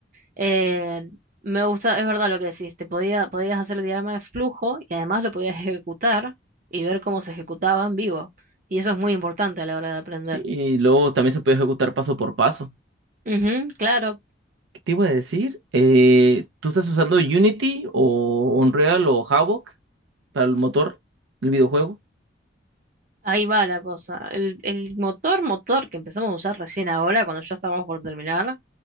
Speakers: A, on the right; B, on the right.
A: eh, me gusta, es verdad lo que decís, te podía, podías hacer el diagrama de flujo y además lo podías ejecutar y ver cómo se ejecutaba en vivo. Y eso es muy importante a la hora de aprender.
B: Sí, y luego también se puede ejecutar paso por paso.
A: Ujú, claro,
B: ¿Qué te iba a decir? Eh, ¿tú estás usando Unity o Unreal o Havok para el motor, el videojuego?
A: ahí va la cosa. El, el motor, motor que empezamos a usar recién ahora, cuando ya estábamos por terminar.